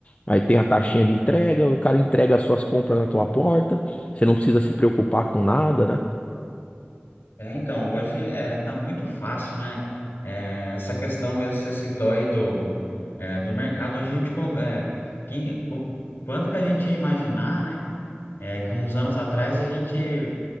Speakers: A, on the left (about 35°); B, on the left (about 60°).
A: aí tem a taxinha de entrega, o cara entrega as suas compras na tua porta, você não precisa se preocupar com nada, né?
B: É, então, hoje é, tá muito fácil, né? É, essa questão mesmo que você citou aí do, é, do mercado, hoje a gente... con- É, quem, co- quando que a gente ia imaginar, né? É, que uns anos atrás a gente